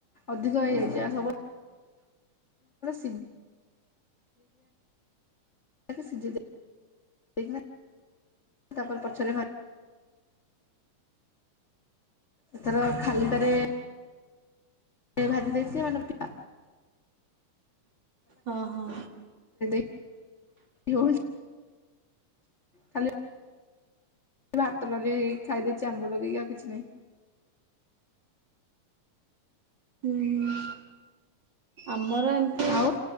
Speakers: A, on the left; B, on the right.
A: ଅଧିକ ହେଇଯାଇଚି ଆଉ ସବୁ <unintelligible> ତାପରେ ପଛରେ ଭା ସେଥର ଖାଲିଟାରେ ଭାଜିି ଦେଇଥିଲି ମାନେ ପିିତା
B: ହଁ ହଁ
A: <inaudible> ଖାଲି ଭାତ ଡାଲି ଖାଇଦେଇଚି ଆମ୍ବ ଲଗେଇକି ଆଉ କିଛି ନାହିଁ।
B: ହୁଁ ହୁଁ। ଆମର ଏମିତି
A: ଆଉ